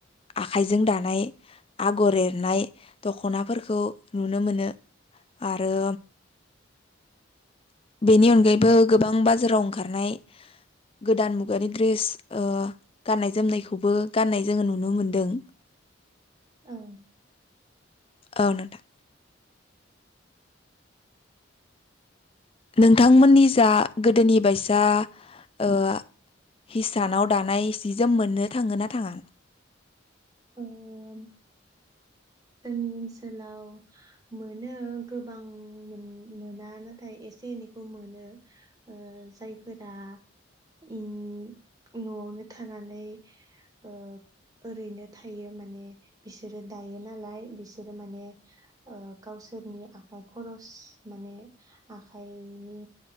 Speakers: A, on the left (about 30°); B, on the right (about 20°).
A: आखाइजों दानाय आगर एरनाय दख'नाफोरखौ नुनो मोनो आरो बेनि अनगायैबो गोबां बाजाराव ओंखारनाय गोदान मुगानि द्रिस ओं गाननाय जोमनायखौबो गाननाय जोङो नुनो मोनदों।
B: औ
A: औ नोंथां नोंथांमोननि जा गोदोनि बायसा ओं हिसानाव दानाय सि जोम मोननो थाङो ना थाङा?
B: ओं जोंनि ओनसोलाव मोनो गोबां मोन-मोना नाथाय एसे एनैखौ मोनो ओं जायफोरा ओं न'आवनो थानानै ओं ओरैनो थायो माने बिसोरो दायो नालाय बिसोरो माने ओं गावसोरनि आखाइ खरस माने आखाइनि